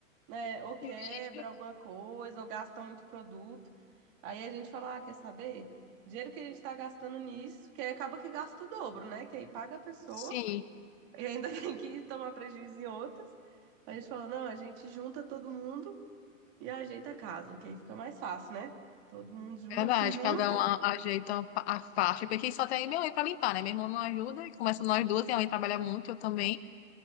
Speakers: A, on the right; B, on the left.
A: né? Ou quebra
B: Gente,
A: alguma coisa, ou gasta muito produto. Aí a gente fala, ah, quer saber? Dinheiro que a gente está gastando nisso, que aí acaba que gasta o dobro, né? Que aí paga a pessoa
B: Sim,
A: e ainda <laughs> tem que tomar prejuízo em outras. a gente fala, não, a gente junta todo mundo e ajeita a casa, que aí fica mais fácil, né? Todo mundo junto,
B: verdade.
A: se junta.
B: Cada um a- ajeita a a faixa. Porque só tem minha mãe pra limpar, né? Meu irmão não ajuda. E começa nós duas, minha mãe trabalha muito, eu também.